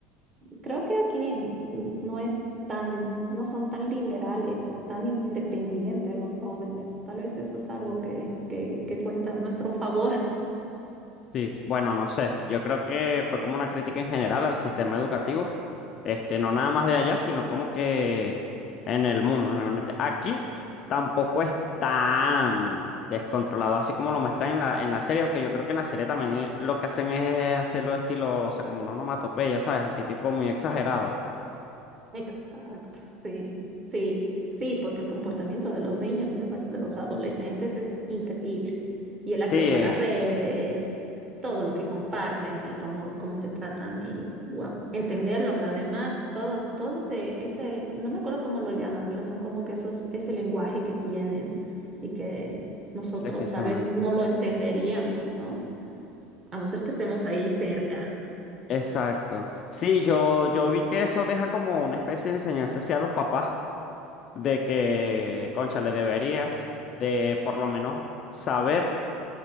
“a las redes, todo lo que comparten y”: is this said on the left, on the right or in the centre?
Right